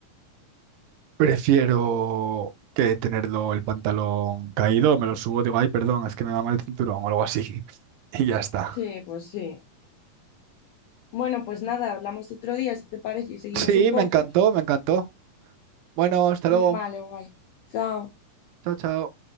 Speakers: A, on the right; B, on the left.
A: prefiero que tenerlo el pantalón caído, me lo subo, digo, ay, perdón, es que me va mal el cinturón o algo así. <laughs> Y ya está.
B: Sí, pues sí. Bueno, pues nada, hablamos otro día, si te parece, y seguimos
A: Sí,
B: un poco.
A: me encantó, me encantó. Bueno, hasta
B: Vale,
A: luego.
B: guay. Chao.
A: Chao, chao.